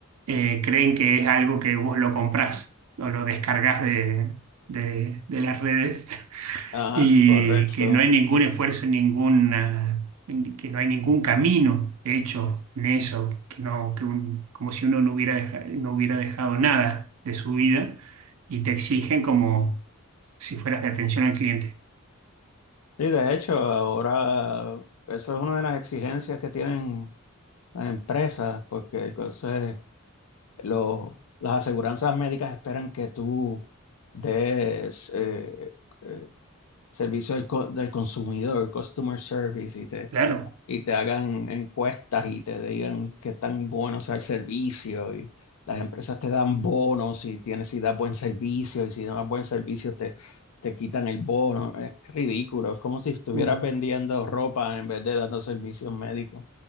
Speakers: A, on the right (about 85°); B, on the left (about 80°).
A: Eh, creen que es algo que vos lo comprás o lo descargás de, de, de las redes <laughs>
B: Ajá,
A: y
B: correcto.
A: que no hay ningún esfuerzo, ninguna, que no hay ningún camino hecho en eso, que no, que un- como si uno no hubiera deja- no hubiera dejado nada de su vida y te exigen como si fueras de atención al cliente.
B: Sí, de hecho, ahora eso es una de las exigencias que tienen las empresas, porque entonces lo- las aseguranzas médicas esperan que tú des eh, eh, servicio al co- del consumidor, customer service, y te,
A: Claro,
B: y te hagan encuestas y te digan qué tan bueno sea el servicio y las empresas te dan bonos si tienes si das buen servicio y si no das buen servicio te, te quitan el bono. Es ridículo, es como si estuvieras
A: un
B: vendiendo ropa en vez de dando servicios médicos.